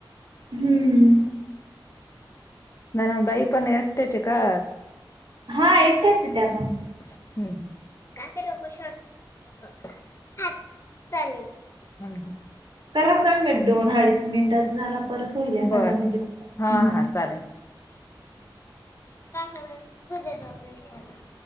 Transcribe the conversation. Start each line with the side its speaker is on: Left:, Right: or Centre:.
Right: हुं.
Left: नणंद बाई पण एकटेच ये का?
Right: हा एकट्याच ये त्यापण.
Left: हुं. हात धुवालय.
Right: करा सबमिट. दोन अडीच मिनिटांचा झाला परत होईल एखांदा
Left: बर
Right: म्हणजे हुं.
Left: हा हा चालेल <inaudible>